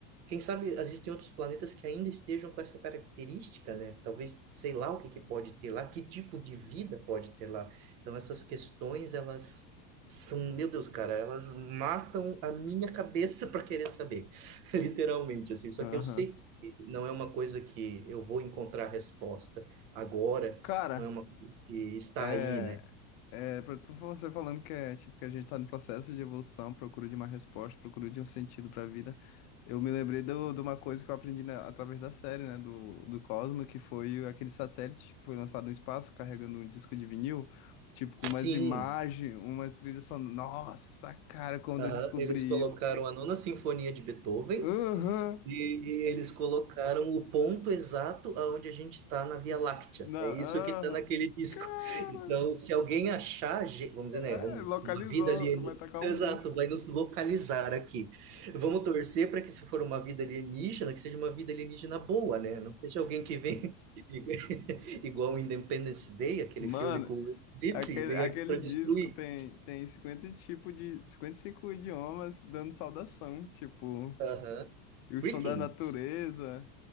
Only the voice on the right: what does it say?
quem sabe existem outros planetas que ainda estejam com essa característica, né? Talvez, sei lá o que que pode ter lá, que tipo de vida pode ter lá. Então essas questões, elas são, meu Deus, cara, elas matam a minha cabeça <laughs> para querer saber, <laughs> literalmente, assim. Só
que eu sei que não é uma coisa que eu vou encontrar resposta agora,
não é uma que está
aí, né?
Sim,
aham,
eles
colocaram a Nona Sinfonia de Beethoven
e eles colocaram o ponto exato aonde a gente está na Via
Láctea.
É
isso que está naquele disco.
<laughs> Então, se alguém achar, ge- vamos
dizer, né? Vamos,
uma vida alienígena.
Exato,
vai nos localizar aqui. Vamos torcer para que, se for uma vida alienígena, que seja uma vida alienígena boa, né? Não seja alguém que vem <laughs> igual o Independence Day, aquele
filme com o Will Smith,
e vem
aqui para destruir.
Aham.
Greeting.